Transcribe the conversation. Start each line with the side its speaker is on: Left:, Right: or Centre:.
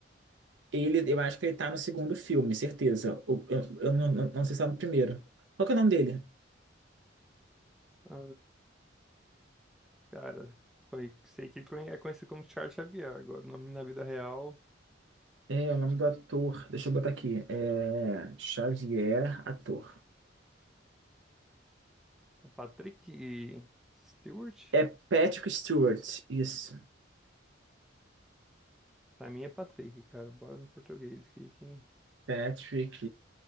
Right: Ele, eu acho que ele tá no segundo filme, certeza. O- Eu, eu não, não, não sei se tá no primeiro. Qual que é o nome dele?
Centre: Ah, cara, foi, sei que ele conhe- é conhecido como Charles Xavier. Agora, o nome na vida real
Right: É, o nome do ator, deixa eu botar aqui, é Xavier, ator.
Centre: é Patrick Stewart.
Right: É Patrick Stewart, isso.
Centre: Pra mim é Patrick, cara. Bora no português que quem
Right: Patrick